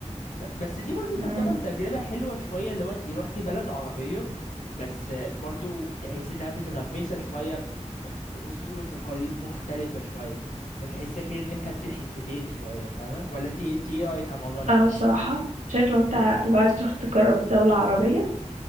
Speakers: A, on the left (about 85°); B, on the right (about 80°).
A: ف... بس دي برضو تعتبر
B: إمم،
A: تجربة حلوة شوية لو انت روحتي بلد عربية بس آه، برضو تحس انها متغمسة شوية بأصول وتقاليد مختلفة شوية فتحس كده انك خدتي الحتتين شوية فاهمة ولا انت انت ايه رأيك على الموضوع ده
B: أنا
A: عامة
B: بصراحة شايفة لو أنت لو عايز تروح تجرّب دولة عربية